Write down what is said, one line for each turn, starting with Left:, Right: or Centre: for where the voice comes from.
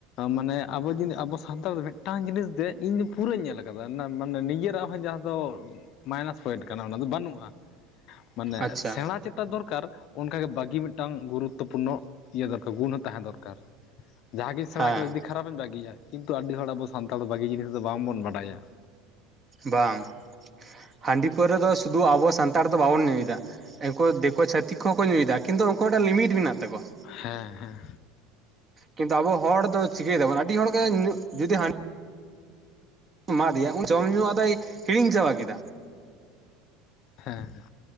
Left: ᱢᱟᱱᱮ ᱟᱵᱚ ᱡᱩᱫᱤ ᱟᱵᱚ ᱥᱟᱱᱛᱟᱲ ᱫᱚ ᱢᱤᱫᱴᱟᱝ ᱡᱤᱱᱤᱥ ᱫᱮ ᱤᱧ ᱫᱚ ᱯᱩᱨᱟᱹᱧ ᱧᱮᱞ ᱟᱠᱟᱫᱟ ᱢᱟᱱᱮ ᱱᱤᱡᱮᱨᱟᱜ ᱦᱚᱸ ᱡᱟ ᱛᱚ ᱢᱟᱭᱱᱟᱥ ᱯᱚᱭᱮᱱᱴ ᱠᱟᱱᱟ ᱚᱱᱟ ᱫᱚ ᱵᱟᱹᱱᱩᱜᱼᱟ ᱢᱟᱱᱮ
Right: ᱟᱪᱪᱷᱟ
Left: ᱥᱮᱬᱟ ᱪᱮᱛᱟ ᱫᱚᱨᱠᱟᱨ ᱚᱱᱠᱟ ᱜᱮ ᱵᱷᱟᱜᱤ ᱢᱤᱫᱴᱟᱝ ᱜᱩᱨᱩᱛᱛᱚ ᱯᱩᱨᱱᱚ ᱤᱭᱟᱹ ᱫᱚᱨᱠᱟᱨ ᱜᱩᱱ ᱦᱚᱸ ᱛᱟᱦᱮᱸ ᱫᱚᱨᱠᱟᱨ ᱡᱟᱦᱟᱸ ᱜᱤ ᱥᱮᱬᱟ
Right: ᱦᱮᱸ
Left: ᱠᱮᱫᱟ ᱡᱩᱫᱤ ᱠᱷᱟᱨᱟᱯᱤᱧ ᱵᱟᱜᱤᱭᱟ ᱠᱤᱱᱛᱩ ᱟᱹᱰᱤ ᱦᱚᱲ ᱟᱵᱚ ᱥᱟᱱᱛᱟᱲ ᱫᱚ ᱵᱟᱜᱤ ᱡᱤᱱᱤᱥ ᱫᱚ ᱵᱟᱝ ᱵᱚᱱ ᱵᱟᱰᱟᱭᱟ
Right: ᱵᱟᱝ ᱦᱟᱺᱰᱤ ᱯᱟᱹᱣᱨᱟᱹ ᱫᱚ ᱥᱩᱫᱩ ᱟᱵᱚ ᱥᱟᱱᱛᱟᱲ ᱫᱚ ᱵᱟᱵᱚᱱ ᱧᱩᱭ ᱫᱟ ᱾ ᱩᱱᱠᱩ ᱫᱮᱠᱳ ᱪᱷᱟᱹᱛᱤᱠ ᱠᱚᱦᱚᱸ ᱠᱚ ᱧᱩᱭᱫᱟ ᱠᱤᱱᱛᱩ ᱩᱱᱠᱩ ᱢᱤᱫᱴᱟᱝ ᱞᱤᱢᱤᱴ ᱢᱮᱱᱟᱜ ᱛᱟᱠᱚᱣᱟ ᱾
Left: ᱦᱮᱸ ᱦᱮᱸ
Right: ᱠᱤᱱᱛᱩ ᱟᱵᱚ ᱦᱚᱲ ᱫᱚ ᱪᱤᱠᱟᱹᱭ ᱫᱟᱵᱚᱱ ᱟᱹᱰᱤ ᱦᱚᱲ ᱜᱮ ᱧᱩᱜ ᱡᱩᱫᱤ ᱦᱟ ᱮᱢᱟ ᱫᱤᱭᱟ ᱩᱱ ᱡᱚᱢ ᱧᱩ ᱟᱫᱚᱭ ᱦᱤᱲᱤᱧ ᱪᱟᱵᱟ ᱠᱮᱫᱟ ᱾
Left: ᱦᱮᱸ ᱦᱮ